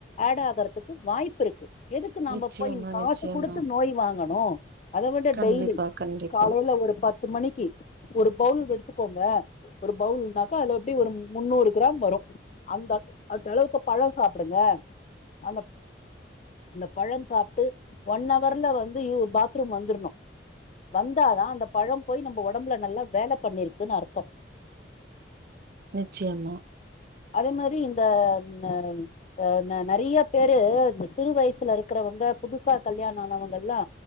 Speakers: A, on the left; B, on the right.
A: ஆட் ஆகரது க்கு வாய்ப்பு இருக்கு எதுக்கு நாம்ப
B: நிச்சயமா
A: போய் காசு
B: நிச்சயமா
A: கொடுத்து நோய் வாங்கணு அத விட
B: கண்டிப்பா
A: டெய்லி
B: கண்டிப்பா
A: காலைல ஒரு பத்து மணிக்கு ஒரு பவுல் எடுத்துக்கோங்க ஒரு பவுல்னாக்கா அது எப்டி ஒரு முண்ணுறு க்ராம் வரு அந்த அந்த அளவுக்கு பழ சாப்டுங்க அந்த அந்த பழம் சாப்ட்டு ஒன் அவர்ல வந்து யு பாத்ரூம் வந்துர்ணு வந்தாதா அந்த பழம் போய் நம்ம ஒடம்புல நல்லா வேல பண்ணிருக்குன்னு அர்த்தோ
B: நிச்சயமா
A: அதே மாரி இந்த ம் அம் அஹ் ந நெறைய பேரு இந்த சிறு வயசுல இருக்குறவங்க புதுசா கல்யாண ஆனவங்கெல்லா